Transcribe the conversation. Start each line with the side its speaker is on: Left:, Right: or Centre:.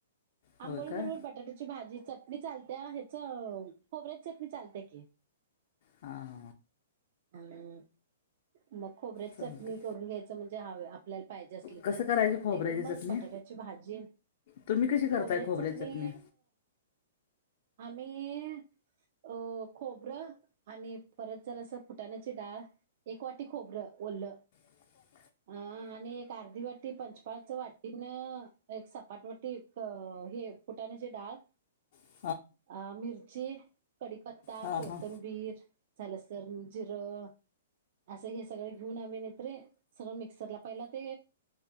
Left: होय
Right: आंबोळी
Left: काय
Right: बरोबर बटाट्याची भाजी. चटणी चालत ह्याच खोबऱ्यात चटणी चालते की.
Left: हा हा.
Right: हम्म मग खोबर्या
Left: चालते
Right: चटणी करून घ्यायचं म्हणजे हवे. आपल्याला पाहिजे असले
Left: कसं
Right: तर
Left: करायची खोबऱ्याची
Right: नाहीतर मग
Left: चटणी
Right: बटाट्याची भाजी
Left: तुम्ही कशी करताय
Right: खोबऱ्याची
Left: खोबऱ्या
Right: चटणी
Left: चटण्या?
Right: आम्ही. अ खोबरं आणि परत जर असं फुटाण्याची डाळ एक वाटी खोबरं. ओल.
Left: हछा <unintelligible>
Right: अ आणि एक अर्धी वाटी पंचपाळच वाटीनं एक सपाटवाटी हे फुटाणेचे डाळ.
Left: हा.
Right: अ मिर ची कडीपत्ता,
Left: हां
Right: कोथंबीर,
Left: हां
Right: झालंसर जिरं. असं हे सगळं घेऊन आम्ही नेत्रे. सगळं मिक्सरला पहिला ते